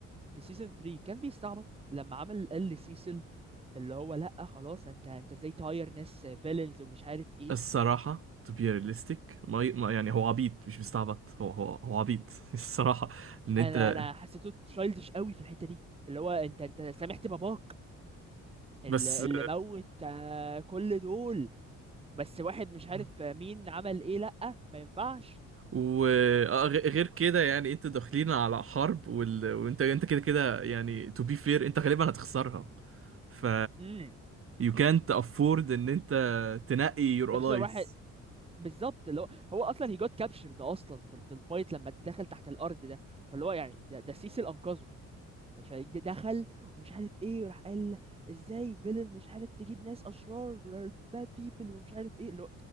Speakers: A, on the right; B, on the right.
A: في سيزون 3 كان بيستعبط لما عمل قال لسيسل اللي هو لا خلاص انت انت ازاي تهاير ناس فيلنز ومش عارف ايه
B: الصراحة to be realistic ما ي- ما- يعني هو عبيط مش مستعبط هو هو هو عبيط <laughs> الصراحة ان
A: انا
B: انت
A: انا حسيته تشايلدش قوي في الحته دي اللي هو انت انت سامحت باباك اللي,
B: بس
A: اللي موت آه، كل دول بس واحد مش عارف
B: آه،
A: مين عمل ايه لا ما ينفعش
B: وغير كده يعني انتوا داخلين على حرب وال... وانت انت كده كده يعني to be fair انت غالبا هتخسرها ف
A: امم
B: you can't afford ان انت تنقي your allies
A: تخسر واحد بالظبط اللي هو هو اصلا هي جوت كابشرد اصلا في, في الفايت لما دخل تحت الارض ده فاللي هو يعني ده, ده سيسل انقذه فدخل ومش عارف ايه وراح قال ازاي فيلن مش عارف تجيب ناس اشرار دول باد بيبل ومش عارف ايه